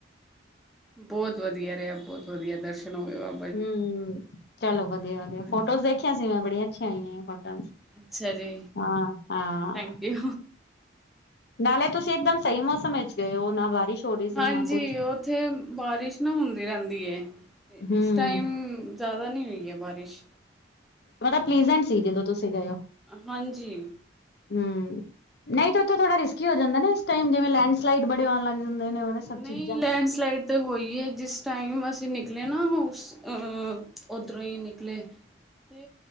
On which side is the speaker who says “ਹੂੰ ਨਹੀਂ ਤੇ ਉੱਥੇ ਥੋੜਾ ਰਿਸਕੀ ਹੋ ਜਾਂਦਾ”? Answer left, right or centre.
Left